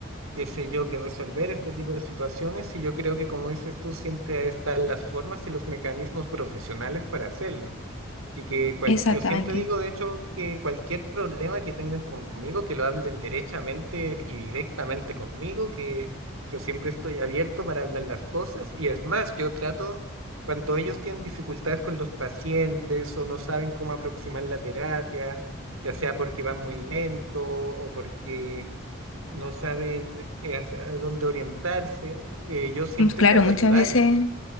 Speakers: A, on the right (about 85°); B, on the left (about 75°).
A: qué sé yo, que resolver este tipo de situaciones, y yo creo que, como dices tú, siempre están las formas y los mecanismos profesionales para hacerlo. Y que cual-
B: Exactamente.
A: yo siempre digo, de hecho, que cualquier problema que tengan conmigo, que lo hablen derechamente y directamente conmigo, que yo siempre estoy abierto para hablar las cosas. Y es más, yo trato, cuando ellos tienen dificultades con los pacientes o no saben cómo aproximar la terapia, ya sea porque van muy lento o porque no saben eh, hacia dónde orientarse, eh, yo siempre
B: Mm, Claro,
A: trato
B: muchas
A: de ayudarlos.
B: veces